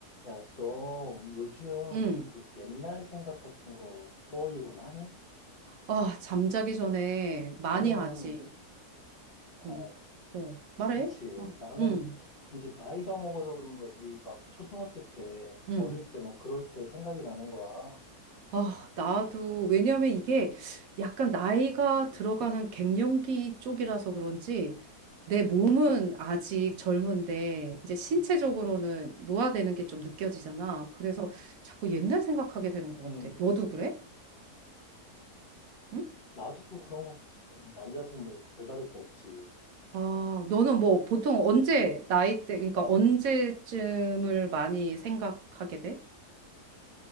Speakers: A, on the left (about 40°); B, on the right (about 70°).
A: 야, 너 요즘
B: 응.
A: 그 옛날 생각 같은 거 떠올리곤 하니?
B: 아, 잠자기 전에 많이
A: 나는,
B: 하지.
A: 어,
B: 응. 어, 말해?
A: 그치.
B: 어.
A: 나는
B: 응.
A: 이제 나이가 먹어서 그런가 우리 막 초등학교 때,
B: 응.
A: 어릴 때 막 그럴 때 생각이 나는 거야.
B: 아, 나도 왜냐면 이게 약간 나이가 들어가는 갱년기 쪽이라서 그런지 내 몸은 아직 젊은데 이제 신체적으로는 노화되는 게 좀 느껴지잖아. 그래서 자꾸 옛날 생각하게 되는 것 같아.
A: 음,
B: 너도 그래? 응?
A: 나도 그런 거, 같아. 남자도 뭐 별다를 거 없지.
B: 아, 너는 뭐 보통 언제
A: 어,
B: 나이 때, 그러니까 언제쯤을 많이 생각하게 돼?